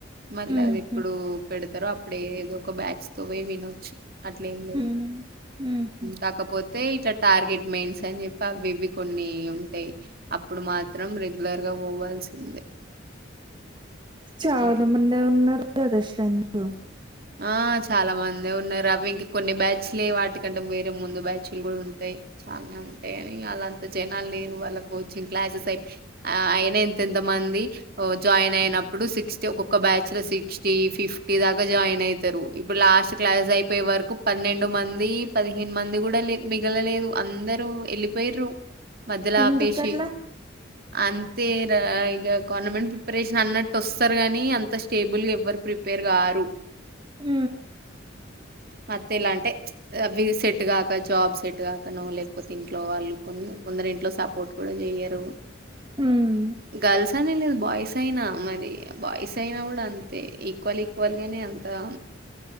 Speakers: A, on the right; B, on the right.
A: మళ్ళీ
B: ఉమ్,
A: అది ఎప్పుడు
B: ఉమ్,
A: పెడతారో అప్పుడ ఏదో ఒక బ్యాచ్ తో పోయి వినొచ్చు అట్లేం లేదు
B: ఉమ్, ఉమ్,
A: కాకపోతే అయితే ఇట్లా టార్గెట్ మెయిన్స్ అని చెప్పి అవి ఇవి కొన్ని ఉ ఉంటాయా అప్పుడు మాత్రం రెగ్యులర్ గా పోవాల్సిందే
B: చాలా
A: అట్లా
B: మందే ఉన్నారు కదా స్ట్రెంగ్త్
A: ఆ చాలా మంది ఉన్నారు అవి ఇంకా కొన్ని బ్యాచ్లే వాటికంటే వేరే ముందు బ్యాచ్లు కూడా ఉంటాయి చాలానే ఉంటాయి అని అలా అంత జనాలు లేరు వాళ్ళ కోచింగ్ క్లాసెస్ అయి ఆ అయిన ఎంతెంత మంది జాయిన్ అయినప్పుడు సిక్స్ ఒక్కక్క బ్యాచ్ లోర్ సిక్స్టీ ఫిఫ్టీ దాకా జాయిన్ అవుతారు ఇప్పుడు లాస్ట్ క్లాస్ అయిపోయే వరకు పన్నెండు మంది పదిహేను మంది కూడా లే మిలలే లేదు అందరూ వెళ్ళిపోర్రు మధ్యలో
B: ఎందుకట్లా
A: ఆపేసి అంతే రా ఇక గవర్నమెంట్ ప్రిపరేషన్ అన్నట్టు వస్తారు గాని అంత టేబుల్ గా ఎవ్వరు ప్రిపేర్ కారు
B: ఉ
A: మధ్యల అంటే అవి సెట్గాక జాబ్ సెట్ కాకనో లేకపోతే ఇంట్లో వాళ్ళు కొందరు ఇంట్లో సపోర్ట్ కూడా చెయ్యరు
B: ఉమ్,
A: గర్ల్స్ అని లేదు బాయ్స్ అయినా మరి బాయ్స్ అయినా కూడా అంతే ఈక్వల్ ఈక్వల్ గానే అంతే ఆ